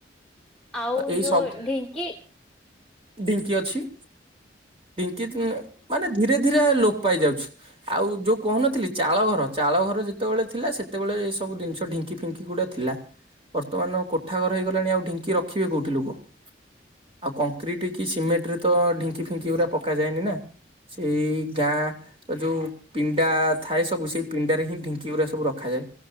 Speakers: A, in the centre; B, on the right (about 30°).
A: ଆଉ
B: ତ ଏଇ
A: ଯୋଉ
B: ସବ୍
A: ଢିଙ୍କି
B: ଡିଉଟି ଅଛି। ଇଙ୍କିତି ମାନେ ଧୀରେ ଧୀରେ ଲୋପ ପାଇ ଯାଉଛି। ଆଉ ଯୋଉ କହୁନଥିଲି ଚାଳ ଘର ଚାଳ ଘର ଯେତେବେଳେ ଥିଲା ସେତେବେଳେ ଏ ସବୁ ଜିନିଷ ଢିଙ୍କି ଫିଙ୍କି ଗୁଡ଼ା ଥିଲା ବର୍ତ୍ତମାନ କୋଠା ଘର ହେଇଗଲାଣି ଆଉ ଢିଙ୍କି ରଖିବେ କୋଉଠି ଲୋକ। ଆଉ କଂକ୍ରିଟ କି ସିମେଣ୍ଟ ରେ ତ ଢିଙ୍କି ଫିଙ୍କି ଗୁରା ପକା ଯାଏନି ନା। ସେଇ ଗାଁ ଯୋଉ ପିଣ୍ଡା ଥାଏ ସବୁ ସେଇ ପିଣ୍ଡାରେ ହିଁ ଢିଙ୍କି ଗୁରା ସବୁ ରଖାଯାଏ।